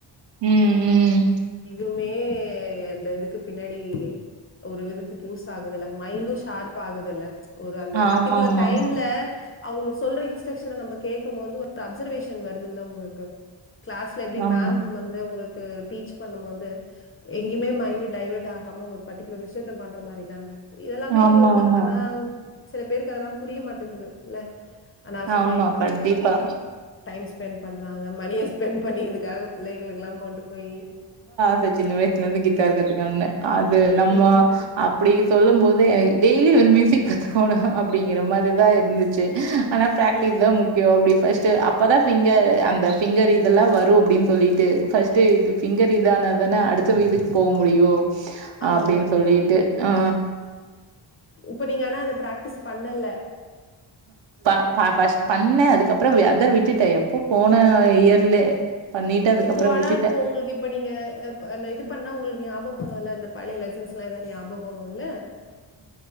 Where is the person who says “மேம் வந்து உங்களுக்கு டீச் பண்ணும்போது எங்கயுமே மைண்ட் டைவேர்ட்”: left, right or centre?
Left